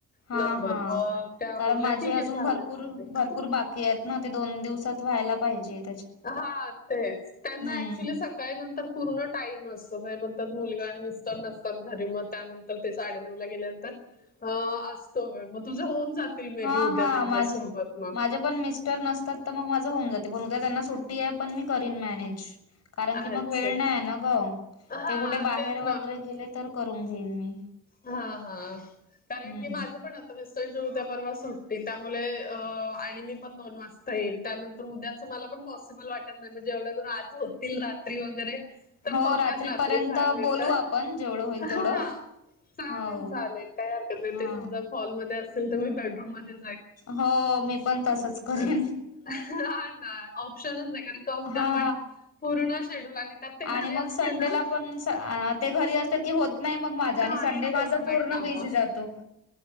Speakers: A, on the left; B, on the left.
A: हा
B: नंबर
A: हा
B: मग त्या
A: कारण
B: बोलल्या
A: माझे
B: ठीक
A: अजून
B: आहे चालेल
A: भरपूर
B: मला ते
A: भरपूर बा ते आहेत ना ते दोन दिवसात व्हायला पाहिजेत.
B: हा तेच त्यांना
A: हम्म
B: ऍक्च्युली स काय नंतर पूर्ण टाईम असतो नाही बोलतात मुलगा आणि मिस्टर नसतात घरी म त्यानंतर तर ते साडे नऊ गेल्यानंतर अ असतो वेळ म तुझ होऊन जात ते मे
A: हा
B: बी उद्या
A: हा
B: त्यांच्या
A: माझे
B: सोबात म
A: माझे पण मिटर नसतात त मग माझ होऊन जाते पण उद्या त्यांना सुट्टी आहे पण मी करीन मॅनेज कारण
B: अच्छा.
A: की मग वेळ नाही ना ग.
B: हां,
A: ते कुठे बाहेर
B: तेच
A: वगैरे गेले तर करून घेईन मी
B: हा हा कारण
A: हम्म
B: की माझं पण अस मिस्टरांची उद्या परवा सुट्टी त्यामुले अ आणि मी पण दोन वाजता येईल त्यानं उद्याचं मला पण पॉसिबल वाटत नाही मग जेवढ्या करून आज होतील रात्री वगैरे तर
A: हो
B: बघूयात
A: रात्रीपर्यंत
B: रात्री झाले
A: बोलू
B: तर
A: आपण जेवढं होईल
B: हा.
A: तेवढं
B: चालेल
A: हो
B: चालेल काय हरकत नाही
A: हा
B: ते समजा हॉलमध्ये असतील तर मी बेडरूम मध्ये
A: हो मी पण तसच करेन
B: हा काय ऑप्शनच नाही. का उद्या
A: हा.
B: पण पूर्ण शेड्यूल आणि त्यात ते घरी
A: आणि मग
B: असले
A: संडेला
B: ना
A: पण स अ ते घरी असले की होत नाही मग माझा
B: काहीच
A: आणि संडे माझ
B: होत नाही
A: पूर्ण
B: कामं
A: बिझी जातो. तो